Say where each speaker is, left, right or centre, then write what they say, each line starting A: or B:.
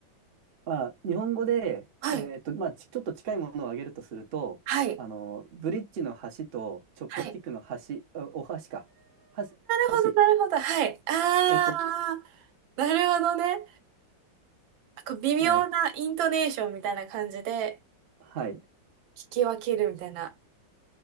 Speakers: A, on the right; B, on the right.
A: まあ、日本語で、
B: はい、
A: えっと、まあ、ち、ちょっと近いものを挙げるとすると、
B: はい、
A: あの、ブリッジの橋と、チョップスティックの橋、
B: はい。なる
A: あお箸か。箸、箸。
B: ほど、なるほど、はい。あ
A: えっと、
B: ー、なるほどね。なんか微妙なイントネーションみたいな感じで
A: えっと、はい。
B: 聞き分けるみたいな。